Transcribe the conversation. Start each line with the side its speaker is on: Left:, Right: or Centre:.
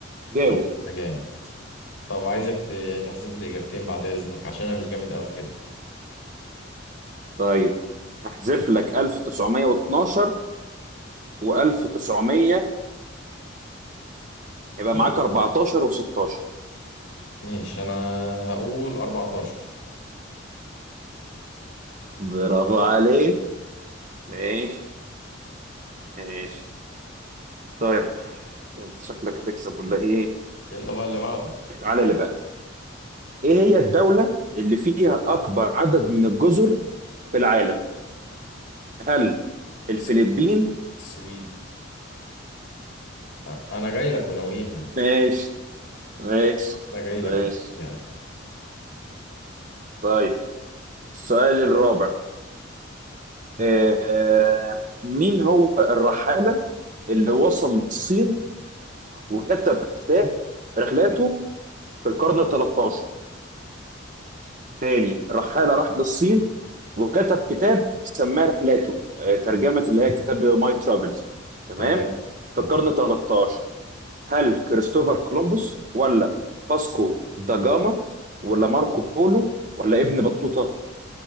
Right: جاوب
Left: يا باشا؟ أنا جامد طب عايزك ت- تحذف لي إجابتين بعد إذنك عشان أنا مش جامد أوي كده
Right: طيب هحذف لك 1912 و1918 هيبقى
Left: ي-
Right: معاك 14 و16
Left: ماشي أنا هقول 14
Right: برافو عليك ماشي ماشي طيب انت شكلك هتكسب ولا ايه
Left: يلا بقى اللي بعده
Right: تعالى اللي بقى ايه هي الدولة اللي فيها اكبر عدد من الجزر في العالم هل الفلبين
Left: الس- السويد أ- أنا جاي لك وناويها
Right: ماشي ماشي
Left: أنا جاي لك
Right: ماشي
Left: وناويها
Right: طيب السؤال الرابع آه، مين هو الرحالة اللي وصل للصين وكتب كتاب رحلاته في القرن ال 13 تاني رحالة راح للصين وكتب كتاب سماه رحلاته آه، ترجمة اللي هي كتاب ماي ترافلز تمام
Left: تمام
Right: في
Left: تمام
Right: القرن ال 13 هل كريستوفر كولومبوس ولا فاسكو دا جاما ولا ماركو بولو ولا ابن بطوطة